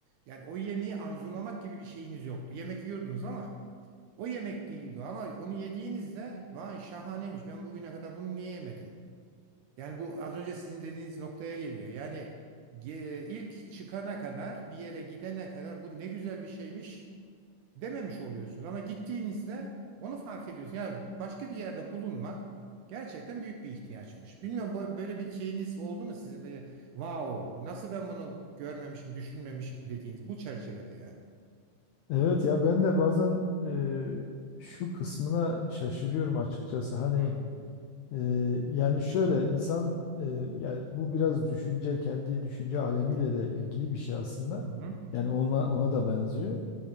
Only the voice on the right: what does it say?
Yani o yemeği arzulamak gibi bir şeyiniz yoktu. Yemek yiyordunuz ama o yemek değildi ama onu yediğinizde vay şahaneymiş ben bugüne kadar bunu niye yemedim? Yani bu az önce sizin dediğiniz noktaya geliyor. Yani ge- ilk çıkana kadar bir yere gidene kadar bu ne güzel bir şeymiş dememiş oluyorsunuz. Ama gittiğinizde onu fark ediyorsun. Yani başka bir yerde bulunmak gerçekten büyük bir ihtiyaçmış. Bilmiyorum bu- böyle bir şeyiniz oldu mu sizin? Böyle, wow nasıl ben bunu görmemişim düşünmemişim dediğiniz bu çerçevede yani.
Hı
hı.